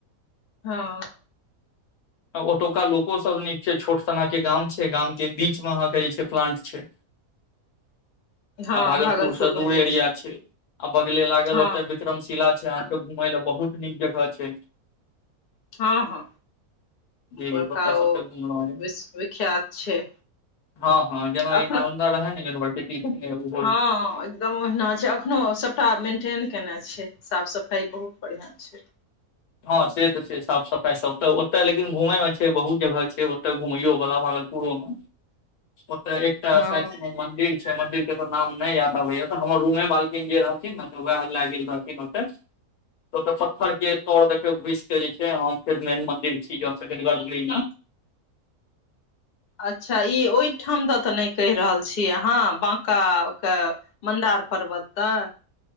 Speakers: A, on the left (about 50°); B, on the left (about 75°).
A: हँ
B: <inaudible> ओतुका लोको सब नीक छै छोट सना के गाम छै गाम के बीच में अहाँ के जे छै प्लांट छै
A: हँ
B: आ भागलपुर से दूर
A: मे जे
B: एरिया छै आ बगले लागल
A: हँ
B: ओते विक्रमशिला छै अहाँके घूमय ले बहुत नीक जगह छै
A: हँ हँ
B: जी
A: बड़का
B: ओतय
A: ओ
B: सबसँ घुमलहुँ
A: विश्व विख्यात छै
B: हँ हँ जेना
A: अखन
B: ई नालंदा रहै न युनिवर्सिटी कि कहलियै
A: हँ दम ओहिना छै एखनो सभटा मेन्टेन केने छै साफ सफाइ बहुत बढ़िआँ छै
B: हँ से तऽ छै साफ सफाई सब तऽ ओतय लेकिन घुमेय मे छै बहुत जगह छै ओतए घुमयो वाला भागलपुरो मे ओत एकटा
A: हँ
B: साइड मन्दिर छै मन्दिरके नाम नहि याद आबैया तऽ हमर रूमे माल्किन जे रहलखिन ने वएह लए गेल रहथिन ओते तऽ ओत पत्थर के तोर देखियौ घुस के जे छै फेर मेन मन्दिर छी <unintelligible>
A: अच्छा ई ओहिठाम दऽ तऽ नहि कहि रहल छी अहाँ बाँकाके मन्दार पर्वत तऽ